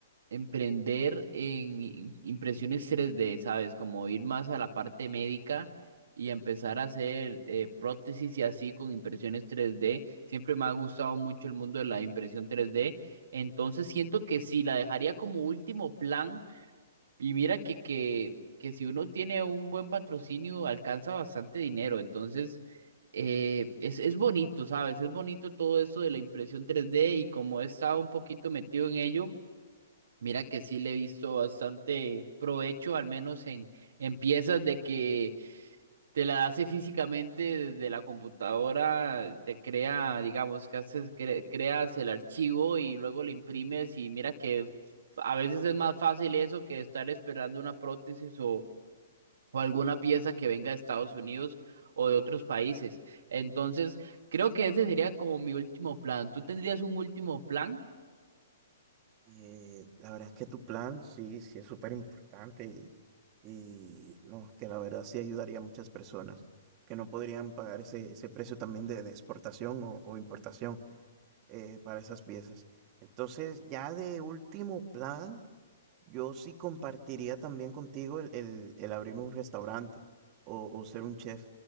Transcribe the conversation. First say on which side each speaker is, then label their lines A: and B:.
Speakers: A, on the right; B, on the right.
A: emprender en impresiones tres d ¿sabes? Como ir más a la parte médica y empezar a hacer eh, prótesis y así con impresiones tres d Siempre me ha gustado mucho el mundo de la impresión tres d Entonces siento que sí, la dejaría como último plan y mira que, que, que si uno tiene un buen patrocinio, alcanza bastante dinero. Entonces, eh, es, es bonito, ¿sabes? Es bonito todo eso de la impresión tres d y como he estado un poquito metido en ello, mira que sí le he visto bastante provecho, al menos en, en piezas de que te la hace físicamente desde la computadora, te crea, digamos, que haces, cre- creas el archivo y luego lo imprimes y mira que a veces es más fácil eso que estar esperando una prótesis o, o alguna pieza que venga de Estados Unidos o de otros países. Entonces, creo que ese sería como mi último plan. ¿Tú tendrías un último plan?
B: Eh, la verdad es que tu plan sí, sí es súper importante y, y no, que la verdad sí ayudaría a muchas personas que no podrían pagar ese, ese precio también de, de exportación o, o importación eh, para esas piezas. Entonces, ya de último plan. Yo sí compartiría también contigo el, el- el abrir un restaurante o, o ser un chef.